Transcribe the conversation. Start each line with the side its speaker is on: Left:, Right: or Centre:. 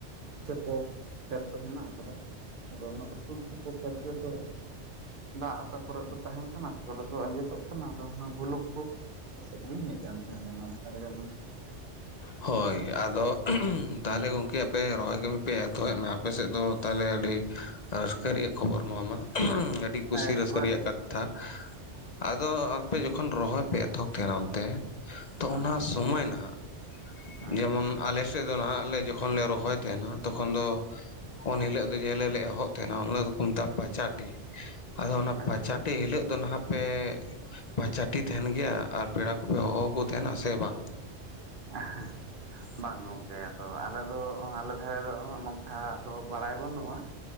Right: ᱪᱷᱮᱯᱚ ᱠᱷᱮᱛ ᱫᱚ ᱦᱮᱱᱟᱜ ᱟᱠᱟᱫᱟ ᱟᱫᱚ ᱚᱱᱟ ᱩᱥᱩᱞ ᱪᱷᱚᱯᱚ ᱠᱷᱮᱛ ᱨᱮᱫᱚ ᱫᱟᱜᱽ ᱚᱠᱟ ᱠᱚᱨᱮ ᱫᱚ ᱛᱟᱦᱮᱸᱱ ᱠᱟᱱᱟ ᱚᱠᱟ ᱠᱚᱨᱮ ᱫᱚ ᱟᱸᱡᱮᱫᱚᱜ ᱠᱟᱱᱟ ᱟᱫᱚ ᱚᱱᱟ ᱵᱷᱩᱞᱩᱠ ᱠᱚ ᱮᱥᱮᱫ ᱜᱤᱧ ᱦᱮᱜ ᱧᱟᱢ ᱠᱮᱫᱟ ᱟᱫᱚ ᱚᱱᱟ ᱱᱟᱠᱷᱟ ᱨᱮᱜᱮᱞᱮ
Left: ᱦᱳᱭ ᱟᱫᱚ ᱛᱟᱦᱚᱞᱮ ᱜᱚᱝᱠᱮ ᱟᱯᱮ ᱨᱚᱦᱚᱭ ᱠᱟᱹᱢᱤ ᱯᱮ ᱮᱛᱚᱦᱚᱵ ᱱᱟ? ᱟᱯᱮ ᱥᱮᱜ ᱫᱚ ᱛᱟᱦᱚᱞᱮ ᱟᱹᱰᱤ ᱨᱟᱹᱥᱠᱟᱹ ᱨᱮᱭᱟᱜ ᱠᱷᱚᱵᱚᱨ ᱱᱚᱣᱟ ᱢᱟ᱾ ᱟᱹᱰᱤ ᱠᱩᱥᱤ
Right: ᱮᱠᱵᱟᱨᱮ
Left: ᱨᱟᱹᱥᱠᱟᱹ ᱨᱮᱭᱟᱜ ᱠᱟᱛᱷᱟ ᱟᱫᱚ ᱟᱯᱮ ᱡᱚᱠᱷᱚᱱ ᱨᱚᱦᱚᱭ ᱯᱮ ᱮᱛᱚᱦᱚᱵ ᱛᱟᱦᱮᱸᱱᱟ ᱛᱮ ᱛᱚ
Right: ᱦᱳᱭ
Left: ᱚᱱᱟ ᱥᱚᱢᱚᱭ ᱱᱟᱦᱟᱸᱜ
Right: ᱦᱮᱸ
Left: ᱡᱮᱢᱚᱱ ᱛᱚᱠᱷᱚᱱ ᱟᱞᱮ ᱥᱮᱜ ᱫᱚ ᱱᱟᱦᱟᱸᱜ ᱞᱮ ᱡᱚᱠᱷᱚᱱ ᱞᱮ ᱨᱚᱦᱚᱭ ᱛᱟᱦᱮᱸᱱᱟ ᱛᱚᱠᱷᱚᱱ ᱫᱚ ᱩᱱ ᱦᱤᱞᱟᱹᱜ ᱫᱚ ᱡᱮ ᱦᱤᱞᱟᱹᱜ ᱞᱮ ᱮᱦᱚᱵ ᱛᱟᱦᱮᱸᱱᱟ ᱩᱱ ᱦᱤᱞᱟᱹᱜ ᱫᱚᱠᱚ ᱢᱮᱛᱟᱜᱼᱟ ᱯᱟᱪᱟᱴᱤ᱾ ᱟᱫᱚ ᱚᱱᱟ
Right: ᱟᱪᱪᱷᱟ
Left: ᱯᱟᱸᱪᱟᱴᱤ ᱦᱤᱞᱟᱹᱜ ᱫᱚ ᱱᱟᱦᱟᱸᱜ, ᱯᱮ ᱯᱟᱸᱪᱷᱟᱴᱤ ᱛᱟᱦᱮᱱ ᱜᱮᱭᱟ ᱟᱨ ᱯᱮᱲᱟ ᱠᱚᱯᱮ ᱦᱚᱦᱚᱣᱟ ᱠᱚ ᱛᱟᱦᱮᱱᱟ ᱥᱮ ᱵᱟᱝ?
Right: <unintelligible>
Left: <inaudible>
Right: ᱵᱟᱝ ᱜᱚᱝᱠᱮ ᱟᱫᱚ ᱟᱞᱮ ᱫᱚ ᱟᱞᱮ ᱫᱷᱟᱨᱮ ᱫᱚ ᱱᱚᱝᱠᱟ ᱫᱚ ᱵᱟᱲᱟᱭ ᱵᱟᱹᱱᱩᱜᱼᱟ ᱾